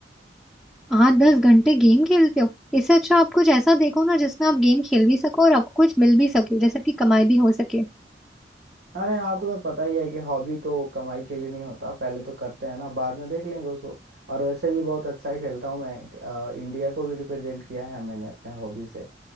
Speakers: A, in the centre; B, on the right.
A: हाँ दस घंटे गेम खेलते हो इससे अच्छा आप कुछ ऐसा देखो ना जिसमें आप गेम खेल भी सको और आपको कुछ मिल भी सके जैसे आपकी कमाई भी हो सके
B: अरे हाँ तुम्हें पता ही है कि हॉबी तो कमाई के लिए नहीं होता पहले तो करते हैं ना बाद में देख लेंगे उसको और वैसे भी बहुत अच्छा ही खेलता हूँ मैं अ, इंडिया को भी रिप्रेजेंट किया है मैंने अपने हॉबी से